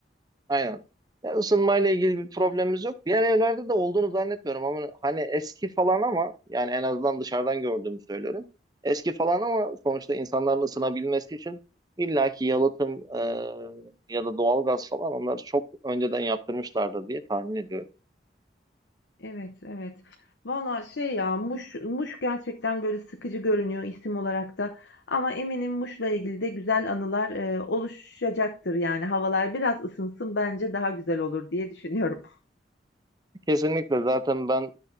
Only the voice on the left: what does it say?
Evet, evet. Valla şey ya Muş, Muş gerçekten böyle sıkıcı görünüyor isim olarak da. Ama eminim Muş'la ilgili de güzel anılar e, oluşacaktır yani. Havalar biraz ısınsın bence daha güzel olur diye düşünüyorum.